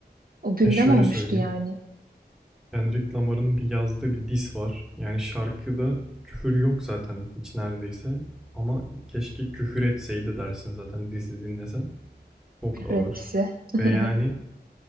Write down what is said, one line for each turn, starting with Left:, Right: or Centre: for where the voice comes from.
Right: O gündem
Centre: Ya şöyle
Right: olmuştu
Centre: söyleyeyim.
Right: yani
Centre: Kendrick Lamar'ın bir yazdığı bir diss var. Yani şarkıda küfür yok zaten hiç neredeyse. Ama keşke küfür etseydi dersin zaten diss'i dinlesen. Çok
Right: küfür
Centre: ağır.
Right: etkisi. <laughs>
Centre: Ve yani